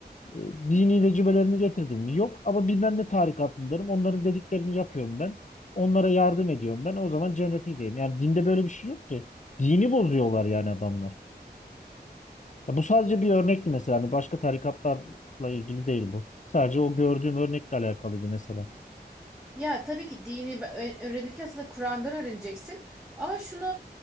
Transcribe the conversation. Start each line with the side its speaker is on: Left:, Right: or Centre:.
Left: e, dini vecibelerini getirdim mi? Yok ama bilmem ne tarikatındarım. Onların dediklerini yapıyorum ben. Onlara yardım ediyorum ben. O zaman cennetindeyim. Yani dinde böyle bir şey yok ki. Dini bozuyorlar yani adamlar. Ya bu sadece bir örnekti mesela. Hani başka tarikatlarla ilgili değil bu. Sadece o gördüğüm örnekle alakalıydı mesela.
Centre: Ya tabii ki dini be- ö- öğrenirken aslında Kur'an'dan öğreneceksin. Ama şunu